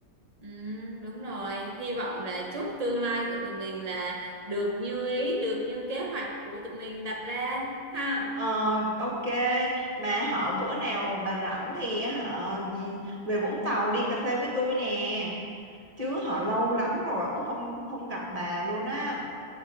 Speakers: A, on the right; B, on the right.
A: Ừ, đúng rồi, hy vọng là chúc tương lai của tụi mình là được như ý, được như kế hoạch của tụi mình đặt ra ha.
B: Ờ, ok mà họ bữa nào bà rảnh thì họ gì- về Vũng Tàu đi cà phê với tôi nè chứ họ lâu lắm rồi cũng không không gặp bà luôn á